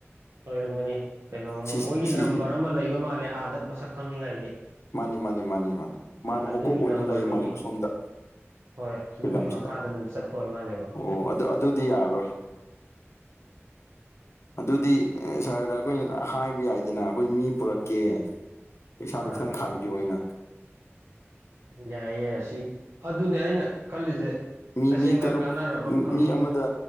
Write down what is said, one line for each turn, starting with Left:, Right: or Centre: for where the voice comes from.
Right: ꯑꯣꯏꯣꯏꯔꯝꯒꯅꯤ ꯀꯩꯅꯣꯃ
Left: ꯁꯤ ꯁꯤ
Right: ꯃꯣꯏꯒꯤ ꯅꯝꯕꯔ ꯑꯃ ꯂꯩꯕ ꯃꯥꯜꯂꯦ ꯑꯥꯗ ꯃꯁꯛ ꯈꯪꯅꯤꯡꯉꯥꯏꯒꯤ
Left: ꯃꯥꯅꯤ ꯃꯥꯅꯤ ꯃꯥꯅꯤ ꯃꯥꯅꯤ
Right: ꯑꯗꯨꯒꯤ
Left: ꯃꯥꯅ ꯃꯀꯣꯛ ꯑꯣꯏꯅ
Right: ꯅꯝꯕꯔꯗꯨꯒꯤ
Left: ꯂꯩ ꯃꯥꯜꯂꯕ ꯁꯣꯝꯗ
Right: ꯍꯣꯏ
Left: ꯑꯩꯈꯣꯏ
Right: ꯑꯗꯨꯒꯤ
Left: ꯂꯝꯁꯤꯗ
Right: ꯃꯈꯥꯗ ꯑꯗꯨꯝ ꯆꯠꯄ ꯑꯣꯏ ꯃꯥꯜꯂꯦꯕ
Left: ꯑꯣ ꯑꯗꯨ ꯑꯗꯨꯗꯤ ꯌꯥꯔꯣꯏ ꯑꯗꯨꯗꯤ ꯁꯍꯔꯗ ꯑꯩꯈꯣꯏ ꯍꯥꯏꯕ ꯌꯥꯏꯗꯅ ꯑꯩꯈꯣꯏ ꯃꯤ ꯄꯨꯔꯛꯀꯦ ꯄꯩꯁꯥꯗꯨꯣ
Right: ꯍꯣꯏ
Left: ꯈꯤꯇꯪ ꯈꯥꯏꯕꯤꯌꯣ ꯑꯩꯅ
Right: ꯌꯥꯏꯌꯦꯦ ꯁꯤ ꯑꯗꯨꯅꯦ ꯑꯩꯅ ꯈꯜꯂꯤꯁꯦ
Left: ꯃꯤ
Right: ꯇꯁꯦꯡꯅ
Left: ꯃꯤ ꯇꯔꯨꯛ
Right: ꯀꯥꯟꯅꯔꯕ ꯐꯪꯕ
Left: ꯃꯤ ꯑꯃꯗ